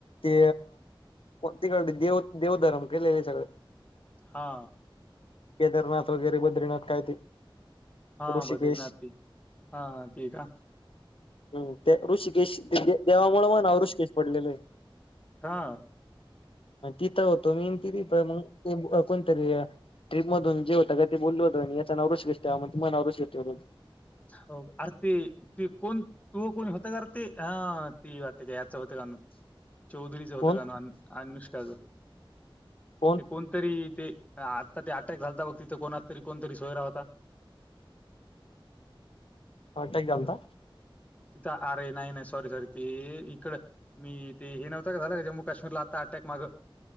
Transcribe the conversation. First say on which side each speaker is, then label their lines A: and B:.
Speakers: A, on the left; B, on the left.
A: ते फक्त तिकड देव देवधर्म केलेले सगळे.
B: हा.
A: केदारनाथ वगैरे बद्रीनाथ काय ते.
B: हा
A: ऋषिकेश
B: बद्रीनाथबी हा हा ते का?
A: हम्म ते ऋषिकेश देवामुळे महा नाव ऋषिकेश पडलेलय.
B: हा.
A: तिथं होतो मी ति तिथ मग ते कोणतरी ट्रिपमधून जे होतं का ते बोलल होत म्हणी याचा नाव रुशिकेश ठेवा म्हणून मग महा नाव ऋषिकेश ठेवल होत.
B: हो अर ते ते कोण तू कोणी होता कार ते हा ती वाटते त्या याच होत कानू. चौधरीचं होतं
A: कोण
B: गाण. अनुष्काच ते
A: कोण
B: कोणतरी ते आता ते अटॅक झालता बघ तिथे कोणच तरी कोणतरी सोयरा होता.
A: अटॅक झालता.
B: तिथं आरे नाही नाही सॉरी सॉरी ते इकड मी ते हे नव्हता का झाला का जम्मू काश्मीरला आता. अटॅक माग.